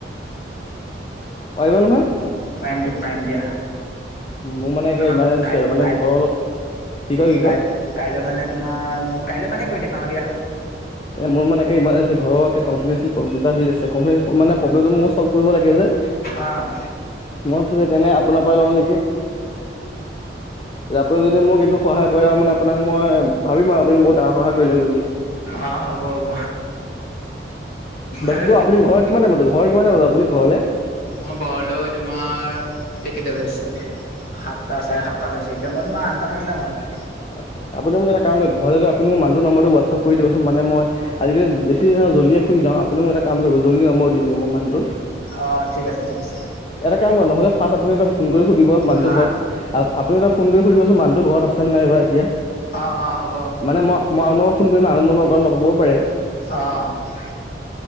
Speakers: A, on the left (about 30°); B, on the left (about 55°).
A: পাৰিব নহয়
B: টাইম টাইম দিয়া।
A: মোৰ মানে
B: মই
A: একে
B: তোমাক
A: ইমাৰ্জেঞ্চি
B: কাইলৈ
A: আৰু মানে
B: কাইলৈ
A: ঘৰৰ অলপ কি কয় কি
B: কাইলৈ
A: কয়
B: কাইলৈ মানে তোমাৰ কাইলৈ মানে কৈ দিম আৰু দিয়া।
A: এ মোৰ মানে একে ইমাৰ্জঞ্চি ঘৰ প্ৰব্লেম এটা হৈ আছে, প্ৰবলেম মোৰ চল্ভ কৰিব লাগে যে।
B: আহ।
A: মই ভাবিছিলোঁ সেইকাৰণে আপোনাৰ পাই লওঁ নেকি? এতি আপুনি যদি মোক এইটো সহায় কৰে আও, মানে আপোনাক মই ভাবিম আৰু আপুনি বহুত সহায় কৰিলে বুলি।
B: অ হ'ব হ'ব।
A: বাকী
B: আৰু
A: তো আপুনি ঘৰ কিমানটাই বাব ঘৰ কিমান বজাব আপুনি ঘৰলে?
B: মই ঘৰলৈ তোমাৰ এতিয়া কেইটা বাজিছে সাতটা চাৰে সাতটা বাজিছে। তে ম মই আন্তটা মানত যাম আৰু।
A: আচ্ছ। আপুনি মোক এটা কাম <unintelligible> ঘৰলে আপুনি মোক মানুহটোৰ নাম্বাৰটো হোৱাটছআ কৰি দিবোন, মানে মই আজি কালি বেছি জলিয়ে শুই যাওঁ। অ আপুনি মোক এটা কাম কৰিব জল্দি নম্বৰ দি দিব মোক মানুহটোৰ।
B: অ', ঠিক আছে ঠিক আছে।
A: এটা কাম কৰে নহলে ফাৰ্ষ্ট আপুনি এটা। ফোন কৰি সুধিব মানুতটো
B: হা
A: ঘৰত আপুনি এটা ফোন কৰি সুধিবচোন মানুহটো ঘৰত আছে নে নাই বা এতিয়া?
B: অ', অ', হ'ব। অ'।
A: মানে মই মই নম্বৰত ফোন কৰিম নম্বৰ ঘৰত নপ'বও পাৰে।
B: অ',